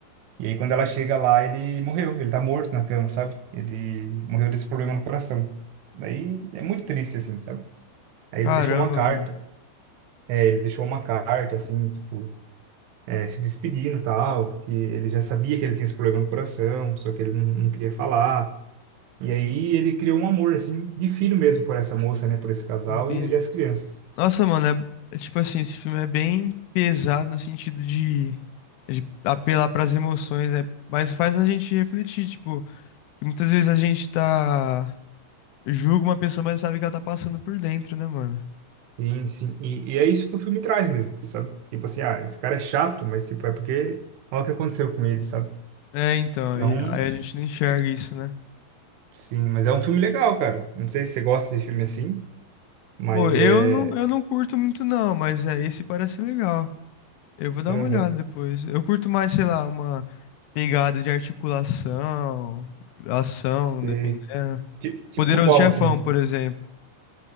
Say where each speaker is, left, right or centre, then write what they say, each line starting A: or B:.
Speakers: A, on the right; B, on the left.
A: E aí, quando ela chega lá, ele morreu. Ele tá morto na cama, sabe? Ele morreu desse problema no coração. Daí é muito triste, assim, sabe? Aí ele
B: Caramba,
A: deixou uma carta.
B: mano.
A: É, ele deixou uma carta, assim, tipo, é, se despedindo e tal. Que ele já sabia que ele tinha esse problema no coração, só que ele não, não queria falar. E aí ele criou um amor, assim, de filho mesmo por essa moça, né? Por esse casal
B: Entendi.
A: e, e as crianças.
B: Nossa, mano, é, é tipo assim, esse filme é bem pesado no sentido de, de apelar para as emoções, né? Mas faz a gente refletir, tipo, que muitas vezes a gente tá julga uma pessoa, mas não sabe o que ela tá passando por dentro, né, mano?
A: Sim, sim. E, e é isso que o filme traz mesmo, sabe? Tipo assim, ah, esse cara é chato, mas, tipo, é porque olha o que aconteceu com ele, sabe?
B: É, então,
A: Então,
B: aí, aí a gente não enxerga isso, né?
A: Sim, mas é um filme legal, cara. Não sei se você gosta de filme assim, mas
B: Pô, eu
A: é.
B: não, eu não curto muito não, mas é, esse parece legal. Eu vou dar
A: Aham.
B: uma olhada depois. Eu curto mais, sei lá, uma pegada de articulação, ação,
A: Sei.
B: dependendo.
A: Ti- Tipo
B: Poderoso
A: qual,
B: Chefão,
A: assim?
B: por exemplo.